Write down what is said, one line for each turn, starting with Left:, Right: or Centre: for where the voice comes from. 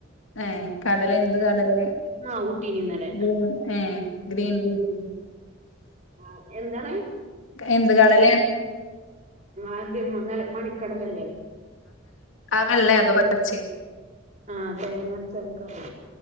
Left: ഏഹ് കടല എന്ത് കടലെ
Right: മാവൂട്ടീനിന്നല്ലെ
Left: ഗ്രീൻ ഏഹ് ഗ്രീൻപീസ്
Right: ആഹ് എന്താണ്
Left: എന്ത് കടലെ
Right: ആദ്യം നില മണിക്കടലല്ലേ
Left: ആഹ് വെള്ളെ അതൊ പച്ച
Right: ആഹ് തേങ്ങ രച്ച കറി